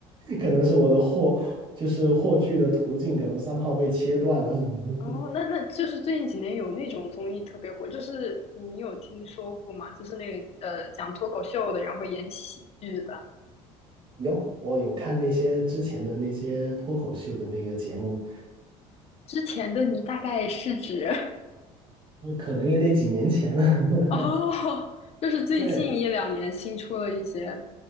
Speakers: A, on the right; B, on the left.
A: 可能是我的货，就是货剧的途径可能三号被切断了。<laughs>
B: 哦，那那就是最近几年有那种综艺特别火，就是你有听说过吗？就是那个呃讲脱口秀的，然后演喜剧的。
A: 有我有看那些之前的那些脱口秀的那个节目，
B: 之前的你大概是指
A: 那可能也得几年前了。
B: <laughs> 哦，就是最近一两年新出了一些，
A: <laughs> 对，